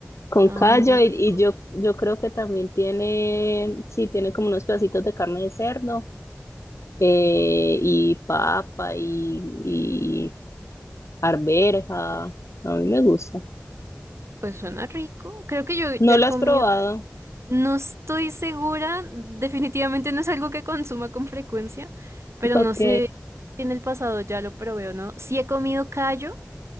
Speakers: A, on the left; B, on the right.
A: Con
B: Ah,
A: callo
B: no, rico.
A: y, y yo, yo creo que también tiene, sí, tiene como unos pedacitos de carne de cerdo eh, y papa y, y arveja. A mí me gusta.
B: Pues suena rico. Creo que yo, yo
A: ¿No
B: he
A: lo
B: comido.
A: has probado?
B: No estoy segura, definitivamente no es algo que consuma con frecuencia, pero
A: <laughs> Ok.
B: no sé si en el pasado ya lo probé o no. Sí he comido callo,